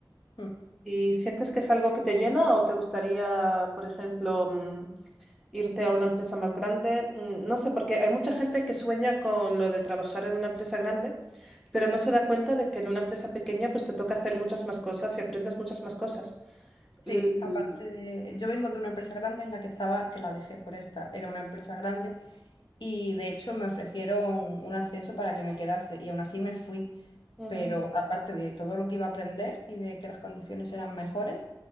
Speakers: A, on the left; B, in the centre.
A: Mm.
B: ¿Y sientes que es algo que te llena o te gustaría, por ejemplo, mm, irte a una empresa más grande? Mm, No sé, porque hay mucha gente que sueña con lo de trabajar en una empresa grande, pero no se da cuenta de que en una empresa pequeña pues te toca hacer muchas más cosas y aprendes muchas más cosas.
A: Sí,
B: L-
A: aparte
B: l-
A: de, yo vengo de una empresa grande en la que estaba, que la dejé por esta, era una empresa grande Y de hecho me ofrecieron un ascenso para que me quedase y aún así me fui.
B: Ujú.
A: Pero aparte de todo lo que iba a aprender y de que las condiciones eran mejores,